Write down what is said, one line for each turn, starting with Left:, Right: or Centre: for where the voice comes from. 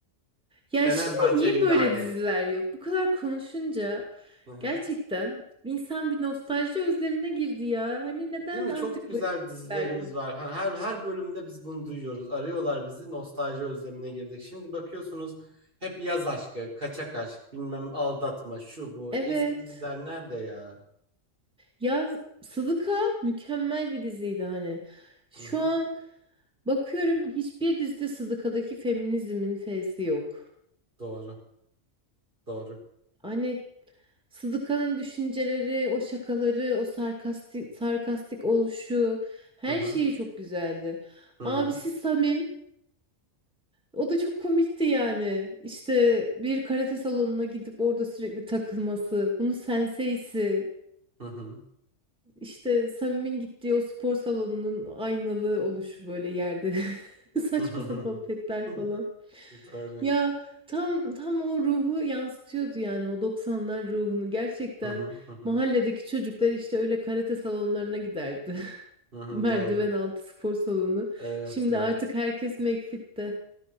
Right: Fenerbahçeliydi
Centre: Ya şimdi niye böyle
Right: hani.
Centre: diziler yok? Bu kadar konuşunca
Right: Hı hı.
Centre: gerçekten insan bir nostalji özlemine girdi ya. Hani neden
Right: Değil mi?
Centre: artık
Right: Çok güzel
Centre: böyle
Right: dizilerimiz
Centre: diziler yok?
Right: var. Ha, Her her bölümde biz bunu duyuyoruz. Arıyorlar bizi. Nostalji özlemine girdik. Şimdi bakıyorsunuz hep yaz aşkı, kaçak aşk, bilmem aldatma, şu bu.
Centre: Evet.
Right: Eski diziler nerede ya?
Centre: Ya Sıdıka mükemmel bir diziydi hani. Şu
Right: Hı hı.
Centre: an bakıyorum hiçbir dizide Sıdıka'daki feminizmin fesi yok.
Right: Doğru. Doğru.
Centre: Hani Sıdıka'nın düşünceleri, o şakaları, o sarkastik, sarkastik oluşu her
Right: Hı hı.
Centre: şeyi çok güzeldi.
Right: Hı
Centre: Abisi
Right: hı.
Centre: Samim O da çok komikti yani. İşte bir karate salonuna gidip orada sürekli takılması, bunun senseisi,
Right: Hı hı.
Centre: işte Samim'in gittiği o spor salonunun aynalı oluşu böyle yerde. <laughs> Saçma
Right: Hı hı. Hı
Centre: sapan
Right: hı.
Centre: petler
Right: Hı.
Centre: falan.
Right: Doğru.
Centre: Ya tam tam o ruhu yansıtıyordu yani o doksanlar ruhunu gerçekten.
Right: Hı hı. Hı hı.
Centre: Mahalledeki çocuklar işte öyle karate salonlarına giderdi. <laughs>
Right: Hı hı.
Centre: Merdiven
Right: Doğru.
Centre: altı spor salonu.
Right: Evet,
Centre: Şimdi
Right: evet.
Centre: artık herkes McFit'te.